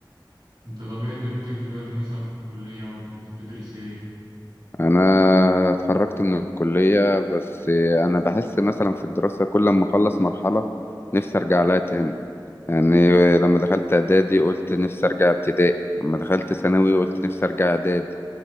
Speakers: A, on the right (about 75°); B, on the left (about 30°).
A: انت طبيعي دنيتك دلوقتي مثلا في الكلية او انت كنت بتدرس ايه
B: أنا اتخرجت من الكلية بس أنا بحس مثلا في الدراسة كل ما أخلص مرحلة نفسي أرجع لها تاني يعني لما دخلت إعدادي قلت نفسي أرجع ابتدائي لما دخلت ثانوي قلت نفسي أرجع إعدادي